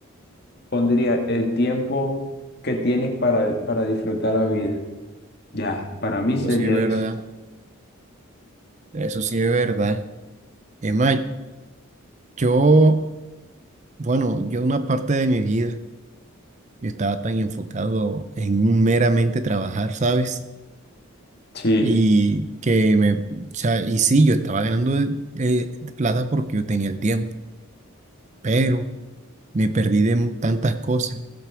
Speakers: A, on the left; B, on the right.
A: pondría el tiempo que tienes para, para disfrutar la vida. Ya, para mí sería
B: eso sí es verdad.
A: eso.
B: Eso sí es verdad. Es más, yo, bueno, yo una parte de mi vida yo estaba tan enfocado en un meramente trabajar, ¿sabes?
A: Sí,
B: Y que me, o sea, y sí, yo estaba ganando eh, plata porque yo tenía el tiempo, pero me perdí de mu- tantas cosas,